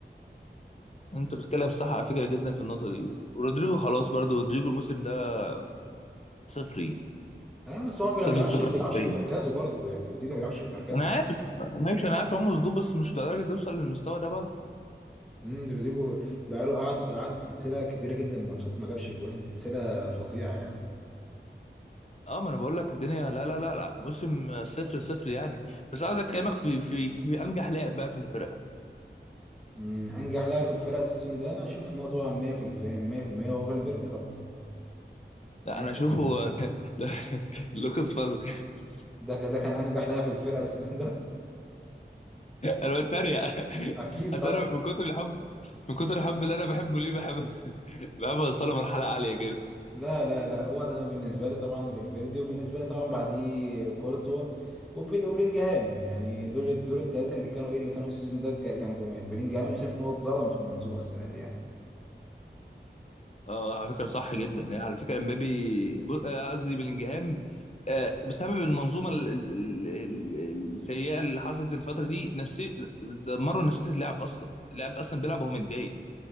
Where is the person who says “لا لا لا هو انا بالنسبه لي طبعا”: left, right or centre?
Centre